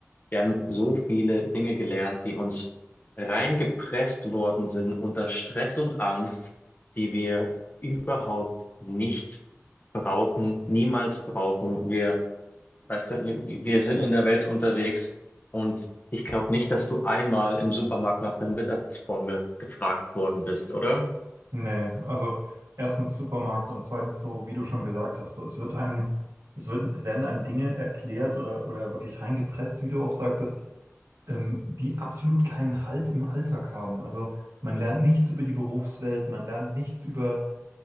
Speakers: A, on the left (about 35°); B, on the right (about 80°).
A: Wir haben so viele Dinge gelernt, die uns reingepresst worden sind unter Stress und Angst, die wir überhaupt nicht brauchen, niemals brauchen. Wir, weißt du, wir, wir sind in der Welt unterwegs und ich glaube nicht, dass du einmal im Supermarkt nach der Mittagsformel gefragt worden bist, oder?
B: Nee, also erstens Supermarkt und zweitens so, wie du schon gesagt hast, so, es wird einem, es wird, es werden einem Dinge erklärt oder, oder wirklich reingepresst, wie du auch sagtest, ähm, die absolut keinen Halt im Alltag haben. Also man lernt nichts über die Berufswelt, man lernt nichts über